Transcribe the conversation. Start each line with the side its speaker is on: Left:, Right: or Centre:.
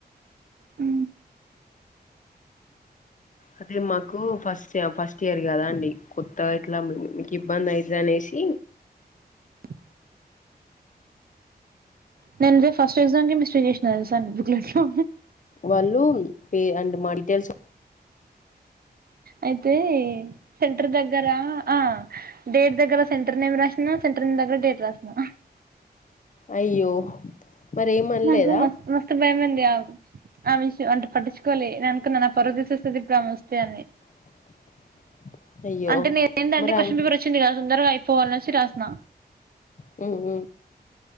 Right: హు
Left: అదే మాకు ఫస్ట్ ఫస్ట్ ఇయర్ కదా అండి కొత్తగా ఇట్లా మీకు ఇబ్బంది అయితది అనేసి
Right: అ నేను పోయి ఫస్ట్ ఎగ్జామ్ కి మిస్ట్రీ చేసినా తెలుసా బుక్ లేట్ లో
Left: వాళ్ళు పే అండ్ మా డీటెయిల్స్
Right: అయితే సెంటర్ దగ్గరా ఆ డేట్ దగ్గర సెంటర్ నేమ్ రాసిన, సెంటర్ నేమ్ దగ్గర డేట్ రాసినా.
Left: అయ్యో మరి ఏమనలేదా
Right: నాకు మస్తు మస్తు భయమంది ఆమెషూ అంట పట్టించుకోలే నేననుకున్న నా పరువు తీసేస్త ఆమె వస్తే అని
Left: <inaudible> అయ్యో
Right: అంటే నేను ఎందంటే
Left: మరి
Right: క్యూషన్
Left: అమ్
Right: పేపర్ వచ్చింది కదా తొందరగా అయిపోవాల అనేసి రాస్తున్నా
Left: హు హ్